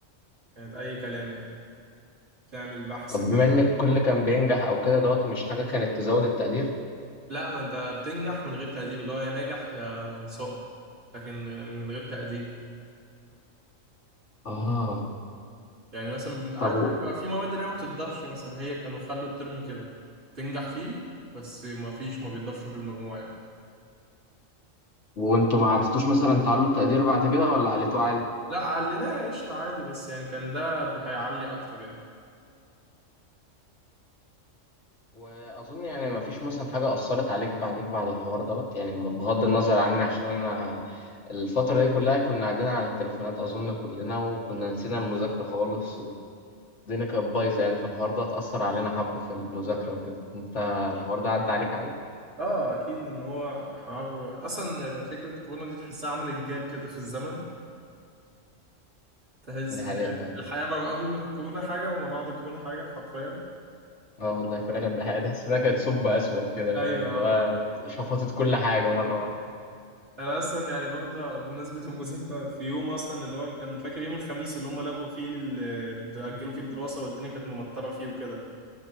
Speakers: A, on the right; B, on the left.
A: كانت أي كلام يعني تعمل بحث
B: طب
A: كده
B: بما ان
A: عن
B: الكل
A: المادة.
B: كان بينجح او كده دوت مش حاجه كانت تزود التقدير
A: لا ما أنت بتنجح من غير تأديب اللي هو يا ناجح يا سقط لكن من غير تأديب
B: اه
A: يعني مثلا
B: طب
A: عارف
B: و...
A: بيبقى في مواد اللي هي ما بتضافش مثلا هي كانوا خلوا الترم كده تنجح فيه بس ما فيش ما بيضافش في المجموع يعني
B: وانتوا ما عرفتوش مثلا تعلوا التقدير بعد كده ولا عليتوه عادي
A: لا عليناه قشطة عادي بس يعني كان ده هيعلي اكتر يعني
B: واظن يعني ما فيش مثلا حاجه اثرت عليك بعديك بعد الحوار دوت يعني بغض النظر عني عشان انا الفتره دي كلها كنا قاعدين على التليفونات اظن كلنا وكنا نسينا المذاكره خالص والدنيا كانت بايظه يعني فالحوار ده اتاثر علينا حبه في المذاكره وكده انت الحوار ده عدى عليك عادي
A: اه اكيد ان هو حوار اصلا فكرة الكورونا دي تحسها عملت جاب كده في الزمن تحس
B: ده
A: يعني
B: حقيقه فعلا
A: الحياة ما قبل الكورونا حاجة وما بعد الكورونا حاجة حرفيا
B: اه والله فعلا ده حقيقة. تحس انها كانت ثقب اسود كده
A: ايوه
B: فاهم اللي
A: آه.
B: هو شفطت كل حاجه مره واحده
A: انا اصلا يعني برضه بمناسبه المذاكره في يوم اصلا اللي هو كان فاكر يوم الخميس اللي هم لغوا فيه ال- اجلوا فيه الدراسه والدنيا كانت ممطره فيه وكده